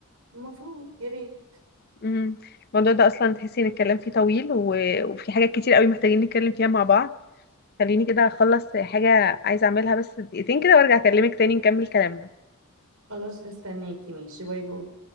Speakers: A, on the right; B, on the left.
A: المفروض يا بيه
B: مم. الموضوع ده اصلا تحسي ان الكلام فيه طويل و... وفي حاجات كتير قوي محتاجين نتكلم فيها مع بعض خليني كده اخلص حاجه عايزه اعملها بس دقيقتين كده وارجع اكلمك تاني نكمل كلامنا
A: خلاص هستناكي ماشي باي باي